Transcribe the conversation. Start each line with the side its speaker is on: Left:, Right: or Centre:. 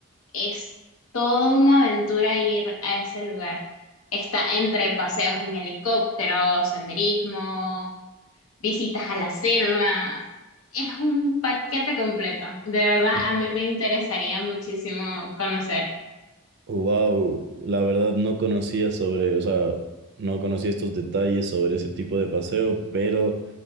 Left: Es toda una aventura ir a ese lugar. Está entre paseos en helicóptero, senderismo visitas a las selvas. Es un paquete completo. De verdad,
Right: <laughs>
Left: a mí me interesaría muchísimo conocer.
Right: Wow, la verdad no conocía sobre, o sea, no conocía estos detalles sobre ese tipo de paseo, pero